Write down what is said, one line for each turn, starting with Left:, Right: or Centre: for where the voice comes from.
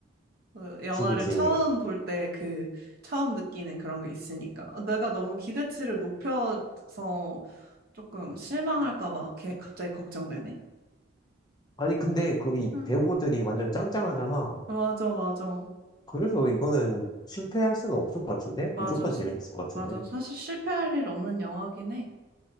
Right: 어, 영화를
Left: 그치, 그치.
Right: 처음 볼 때 그, 처음 느끼는 그런 게 있으니까. 어, 내가 너무 기대치를 높여서 조금 실망할까 봐 개- 갑자기 걱정되네.
Left: 아니, 근데 거기
Right: 응,
Left: 배우들이 완전 짱짱하잖아.
Right: 맞아, 맞아.
Left: 그래서 이거는 실패할 수는 없을 것 같은데?
Right: 맞아.
Left: 무조건
Right: 사-
Left: 재밌을 것 같은데?
Right: 맞아. 사실 실패할 일 없는 영화긴 해.